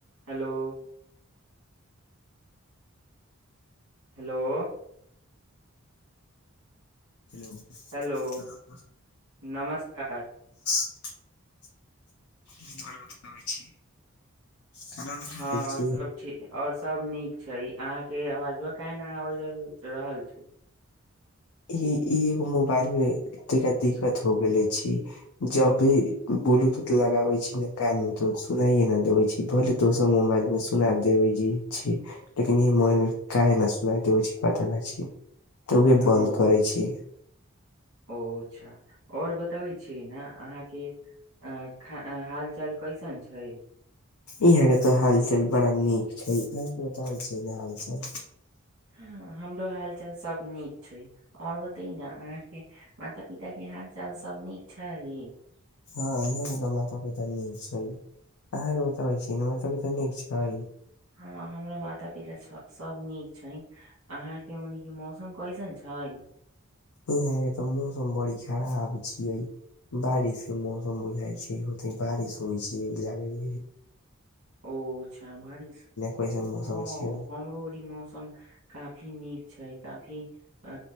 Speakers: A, on the right; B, on the left.
A: Hello. <unintelligible> hello. <unintelligible>
B: Hello
A: Hello <unintelligible>
B: आओर
A: नमस्कार। <unintelligible>
B: <unintelligible> आर बताबै छी। खाना उना खा
A: हँ आओर
B: लेल छी
A: सब ठीक आओर। <inaudible> सब नीक छै अहाँके आवाजवा काहे न अबे जाव <unintelligible> रहल छै।
B: ई ई एगो मोबाइल मे एता <unintelligible> दिक्कत हो गेले छी जब भी ब्लूटूथ लगाबे छी ने कान मे तऽ सुनाई न देवे छी भले दोसर मोबाइल मे सुना देवे जी छी लेकिन ई मोबाइल मे काहे न सुनाई देवे छी पता नहि छि। <unintelligible> तऽ उहे बन्द।
A: ओ
B: <unintelligible> करै छीयै। <unintelligible>
A: ओ अच्छा आओर बताबै छी ने अहाँके अ- ख हाल चाल कैसन छै। <unintelligible>
B: इहे तऽ हालचाल बड़ा नीक छै एक <unintelligible> बता होइ छै ने हालचाल।
A: हँ हमरो हाल चाल सब नीक छै आओर बते न अहाँ के माता पिता के हाल चाल सब नीक छै। <unintelligible>
B: हँ इहाँ ने तऽ माता पिता नीक छै अहाँके बताबै छी माता पिता नीक छै। <unintelligible>
A: हँ हमरा माता पिता सभ सभ नीक छै अहाँके ओनी के मौसम कैसन छै। <unintelligible>
B: यहा के तऽ मौसम बड़ी खराब छियै बारिश के मौसम बुझाइ छै होते बारिश होइ छै लाग। <inaudible>
A: ओछा बारिश
B: कैसन मौसम
A: हँ
B: छै
A: हमरो ई मौसम काफी नीक। <inaudible> छै काफी अ